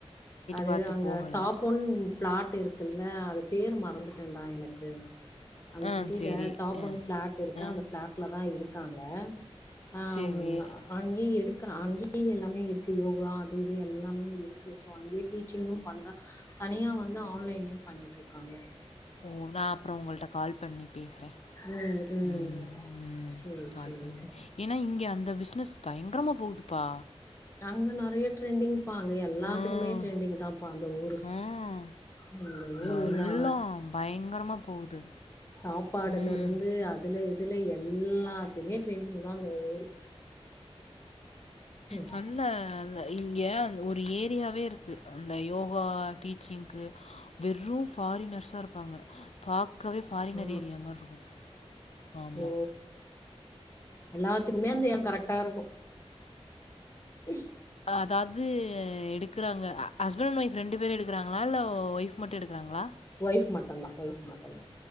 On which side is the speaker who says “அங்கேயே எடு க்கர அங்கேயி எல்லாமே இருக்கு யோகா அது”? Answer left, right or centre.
Left